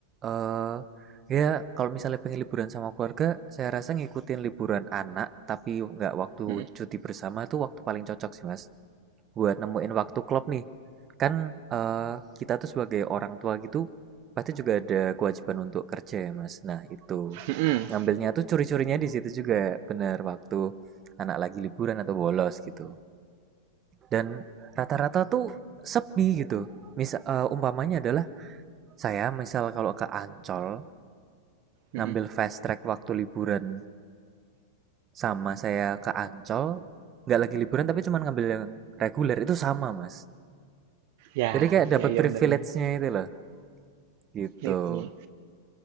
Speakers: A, on the right; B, on the right.
A: eh ya kalau misalnya pengen liburan sama keluarga, saya rasa ngikutin liburan anak tapi nggak waktu
B: Mm-mm.
A: cuti bersama itu waktu paling cocok sih Mas. buat nemuin waktu klub nih. Kan eh, kita tuh sebagai orang tua gitu pasti juga ada kewajiban untuk kerja ya, Mas. Nah, itu.
B: Mm-mm.
A: Ngambilnya tuh curi-curinya di situ juga, bener waktu anak lagi liburan atau bolos gitu. Dan rata-rata tuh sepi gitu. Misal uh, umpamanya adalah saya misal kalau ke Ancol ngambil
B: Mm-mm.
A: fast track waktu liburan sama saya ke Ancol nggak lagi liburan tapi cuma ngambil yang reguler itu sama mas
B: Ya,
A: jadi kayak dapat
B: ya, ya
A: privilege-nya
B: benar-benar.
A: itu loh Gitu.
B: Itu.